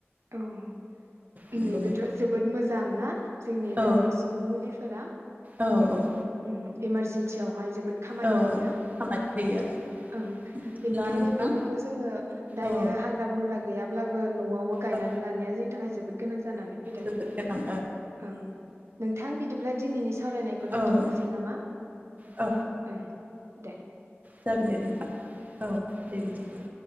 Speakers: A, on the right; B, on the right.
A: औ
B: नंगौ
A: नैबेथ'
B: नोंथां
A: जोबोद मोजां ना? जोंनि
B: औ
A: बेफोर सुबुं मुलिफोरा
B: औ औ।
A: उम इमारजेन्सियावहाय जोबोद खामानि
B: औ
A: होयो।
B: खामानि होयो आरो
A: ओं
B: बिदिब्ला
A: बेनिखायनो
B: नोंथां
A: बेफोरखौ जोङो दायो
B: औ
A: हाग्रा बंग्रा गैयाब्लाबो न'आवबो गायनानै
B: औ
A: लानाया जोंनि थाखाय जोबोद गोनां जा जानानै फैदों
B: जोबोद गोनां
A: ओं नोंथां बिदिब्ला दिनैनि सा सावरायनायखौ दोन्थ'नोसै
B: ओं औ
A: नामा?
B: औ
A: ओं दे।
B: जागोन दे नोंथां औ दे बिदिब्ला।